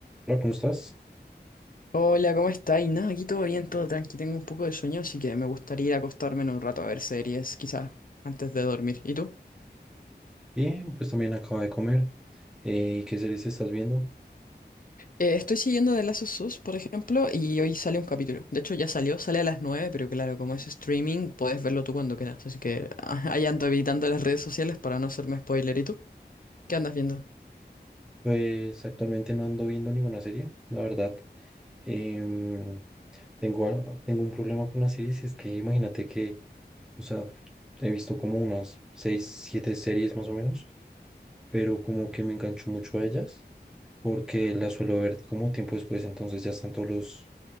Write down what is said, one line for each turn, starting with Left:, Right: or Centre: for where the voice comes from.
Centre: Hola, ¿cómo estás?
Left: Hola, ¿cómo estáis? Nada, aquí todo bien, todo tranqui. Tengo un poco de sueño, así que me gustaría ir a acostarme en un rato a ver series, quizás antes de dormir. ¿Y tú?
Centre: Bien, pues también acabo de comer. Eh, ¿y qué series estás viendo?
Left: Eh, estoy siguiendo The Last of Us, por ejemplo, y hoy sale un capítulo. De hecho, ya salió, sale a las 9, pero claro, como es streaming, puedes verlo tú cuando quieras. Así que ah, ahí ando evitando las redes sociales para no hacerme spoiler. ¿Y tú? ¿Qué andas viendo?
Centre: Pues actualmente no ando viendo ninguna serie, la verdad. Em, tengo, al- tengo un problema con las series, y es que imagínate que, o sea, he visto como unas seis, siete series más o menos, pero como que me engancho mucho a ellas, porque las suelo ver como tiempo después, entonces ya están todos los